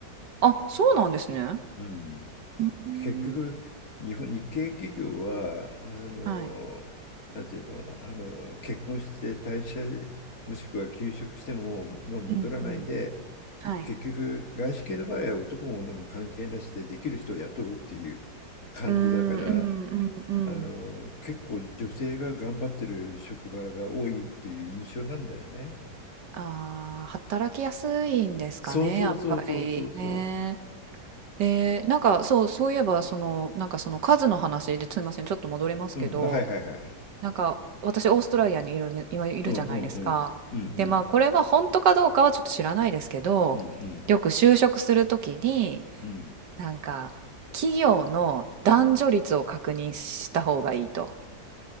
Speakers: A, on the right; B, on the left.
A: あ、そうなんですね。
B: うん。
A: うん。
B: 結局、日本、日系企業は、あの、
A: はい。
B: なんていうの、あの、結婚して退社、もしくは休職しても、まあ、戻らないで、
A: うんうん。はい。
B: 結局、外資系の場合は男も女も関係なしでできる人を雇うっていう感じだから、
A: うんうんうんうん。
B: あの、結構女性が頑張ってる職場が多いっていう印象なんだよね。
A: ああ、働きやすいんですかね、
B: そうそうそうそうそうそう。
A: やっぱりね。えー、なんかそう、そういえば、その、なんかその数の話ですみません、ちょっと戻りますけど、
B: うん、はいはいはい。
A: なんか私、オーストラリアにいるめ、今いるじゃないですか。
B: うんうんうん。うんうん。
A: で、まあ、これは本当かどうかはちょっと知らないですけど、
B: うんうん。
A: よく就職するときに、
B: うん。
A: なんか、企業の男女率を確認した方がいいと。
B: うん。